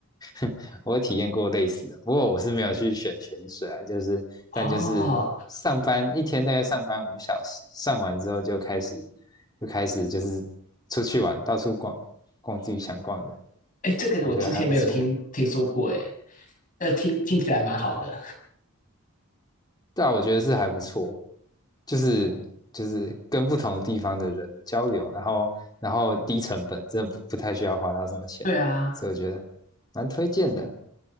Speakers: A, on the left; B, on the left.
A: <laughs> 我有体验过类似的，不过我是没有去选泉水啊，就是但就是上班一天大概上班五小时，
B: 哦，
A: 上完之后就开始就开始就是出去玩，到处逛逛自己想逛的，
B: 哎，这个我之前没有听听说过哎，
A: 我觉得还不错。
B: 那听听起来蛮好的。
A: 对啊，我觉得是还不错，就是就是跟不同地方的人交流，然后然后低成本，真的不不太需要花到什么钱，
B: 对啊，
A: 所以我觉得蛮推荐的，